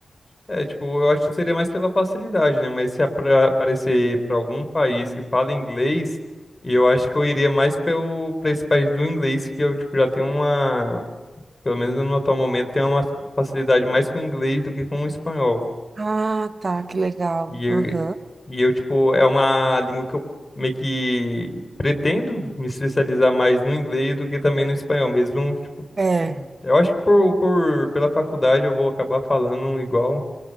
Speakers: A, on the left; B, on the right.
A: é, tipo, eu acho que seria mais pela facilidade, né, mas se apra- aparecer pra algum país que fala inglês, eu acho que eu iria mais pelo, pra esse país do inglês, que eu, tipo, já tenho uma Pelo menos no atual momento, tenho uma facilidade mais com o inglês do que com o espanhol.
B: Ah, tá, que legal.
A: E eu,
B: Aham.
A: e eu, tipo, é uma língua que eu meio que pretendo me especializar mais no inglês do que também no espanhol mesmo. Tipo,
B: É,
A: eu acho que por, por, pela faculdade eu vou acabar falando igual.